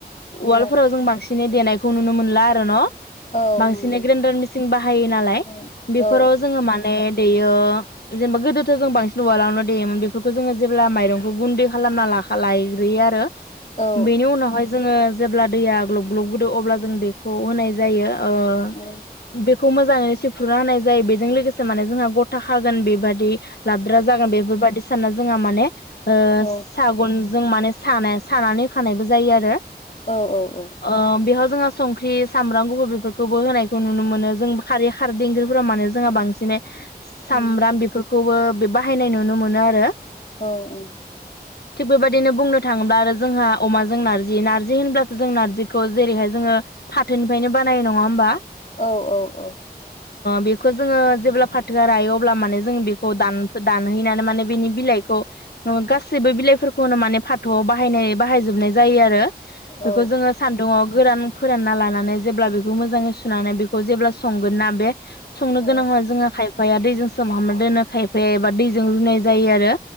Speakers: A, on the left (about 45°); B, on the left (about 70°).
A: उलार
B: वार्ल्डफोराव जों बांसिनै देनाय खौ नुनो मोनला आरो न'
A: औ
B: बांसिन
A: नंगौ
B: ग्रेन्डार मिसिंन बाहायो नालाय
A: औ
B: बेफोराव
A: औ
B: जोङो माने देयो जेनेबा गोदोथ जों बांसिन उवालावनो देयोमोन बेफोरखौ जोङो जेब्ला माइरंखौ गुन्दै खालामना लाखा लायग्रोयो आरो
A: औ
B: बेनि उनावहाय जोङो जेब्ला दैया ग्लब ग्लब गोदौवो अब्ला जों बेखौ होनाय जायो ओ
A: औ
B: बे खौ मोजाङैनो सिुफ्रुना होनाय जायो बेजों लोगोसे माने जोंहा गथा खागोन बेबादि लाद्रा जागोन बेफोरबायादि साना जोंहा माने ओ
A: औ
B: सागन जों माने सानाय सानानै होखानायबो जायो आरो
A: औ औ औ
B: ओ बेयाव जोंहा संख्रि सामब्राम गुफुर बेफोरखौबो होनायखौ नुनो मोनो जों खारै खारदै ख्रिफोराव मानो जोंहा बांसिनै सामब्राम
A: उम
B: बेफोरखौ खौबो बे बाहायनाय नुनो मोनो आरो
A: औ औ
B: थिग बेबायदिनो बुंनो थाङोब्ला आरो जोंहा अमाजों नार्जि नार्जि होनब्लासो जों नारजिखौ जेरैहाय जोङो फाथोनिफ्रायनो बानाय नङा होमबा
A: औ औ औ
B: बेखौ जोङो जेब्ला फाथोआ रायो अब्ला माने जों बेखौ दान दानहैनानै माने बेनि बिलाइखौ गासैबो बिलाइफोरखौनो माने फाथोआव बाहायनाय बाहायजोबनाय जायो आरो बेखौ
A: औ
B: जोङो सानदुङाव गोरान फोरानना लानानै जेब्ला बेखौ मोजाङै सुनानै बेखौ जेब्ला संगोन ना बे संनो
A: औ
B: गोनां होआ जोंहा खाय आफफाया दैजों सोमहाबना दोनो खायफाया एबा दैजों रुनाय जायो आरो